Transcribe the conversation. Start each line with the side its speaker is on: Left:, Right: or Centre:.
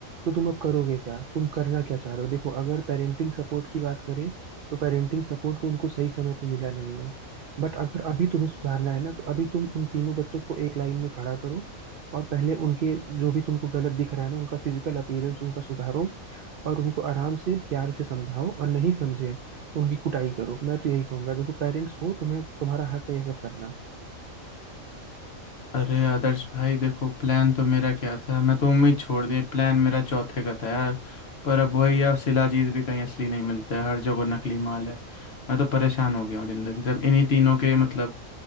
Right: तो तुम अब करोगे क्या तुम करना क्या चाह रहे हो देखो अगर पेरेंटिंग सपोर्ट की बात करें तो पेरेंटिंग सपोर्ट तो उनको सही समय पे मिला नहीं है बट अगर अभी तुम्हें सुधारना है ना तो अभी तुम उन तीनों बच्चों को एक लाइन में खड़ा करो और पहले उनके जो भी तुमको गलत दिख रहा है ना उनका फिजिकल अपीयरेंस उनका सुधारो और उनको आराम से प्यार से समझाओ और नहीं समझे तो उनकी कुटाई करो मैं तो यही कहूंगा देखो पेरेंट्स हो तुम्हें तुम्हारा हक है ये सब करना
Left: अरे आदर्श भाई देखो प्लान तो मेरा क्या था मैं तो उम्मीद छोड़ दी प्लान मेरा चौथे का था यार पर अब वही है, अब शिलाजीत भी कहीं असली नहीं मिलता है हर जगह नकली माल है मैं तो परेशान हो गया हूँ जिंदगी सब इन्हीं तीनों के मतलब